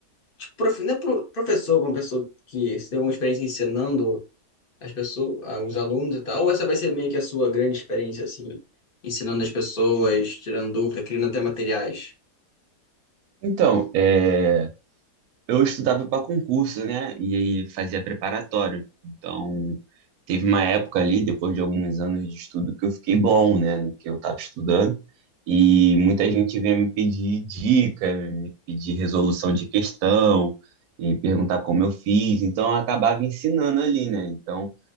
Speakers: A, on the left; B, on the right.
A: tipo, prof... não é pro- professor, como pessoa que você tem alguma experiência ensinando as pessoas, ah, os alunos e tal, ou essa vai ser meio que a sua grande experiência, assim, ensinando as pessoas, tirando dúvida, criando até materiais?
B: Então, é, eu estudava para concurso, né? E aí fazia preparatório. Então, teve uma época ali, depois de alguns anos de estudo, que eu fiquei bom, né? No que eu estava estudando. E muita gente vinha me pedir dica, me pedir resolução de questão, e perguntar como eu fiz. Então, eu acabava ensinando ali, né? Então,